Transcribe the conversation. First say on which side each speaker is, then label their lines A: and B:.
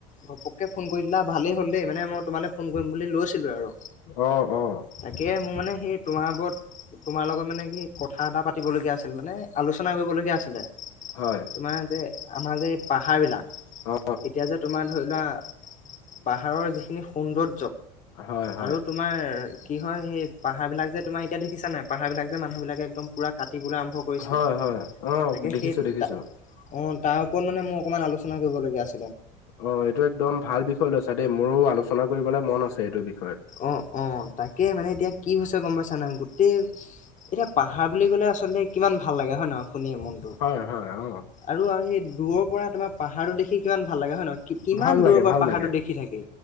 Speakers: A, on the left; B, on the left.
A: ঘপককে ফোন কৰি দিলা ভালেই হ'ল দেই মানে মই তোমালৈ ফোন কৰিম বুলি লৈছিলো আৰু।
B: অ, অ।
A: তাকে মোৰ মানে সেই তোমাৰ ওপৰত তোমাৰ লগত মানে কি কথা এটা পাতিব লগীয়া আছিল মানে আলোচনা কৰিবলগীয়া আছিলে।
B: হয়
A: তোমাৰ যে আমাৰ যে এই পাহাৰবিলাক
B: অ
A: এতিয়া যে তোমাৰ ধৰি লোৱা পাহাৰৰ যিখিনি সৌন্দৰ
B: হয় হয়
A: আৰু তোমাৰ কি হয় সেই পাহাৰবিলাক যে তোমাৰ এতিয়া দেখিছা নাই পাহাৰবিলাক যে মানুহবিলাকে একদম পুৰা কাটিবলৈ আৰম্ভ কৰিছে
B: হয়, হয়, অ'দেখিছো
A: তাকে সেই
B: দেখিছো।
A: অঁ তাৰ ওপৰত মানে মোৰ অকমান আলোচনা কৰিবলগীয়া আছে।
B: অ, এইটো একদম ভাল বিষয় লৈছা দেই মোৰো আলোচনা কৰিবলৈ মন আছে এইটো বিষয়।
A: অ, অ, তাকে মানে এতিয়া কি হৈছে গম পাইছা নাই, গোটেই এতিয়া পাহাৰ বুলি ক'লে আচলতে কিমান ভাল লাগে হয় নে ন শুনিয়ে মনটো,
B: হয় হয় অ
A: আৰু সেই দূৰৰ পৰা তোমাৰ পাহাৰটো দেখি কিমান ভাল লাগে হয় নহয়। কিমান
B: ভাল
A: দূৰৰ
B: লাগে
A: পৰা
B: ভাল
A: পাহাৰটো
B: লাগে
A: দেখি থাকে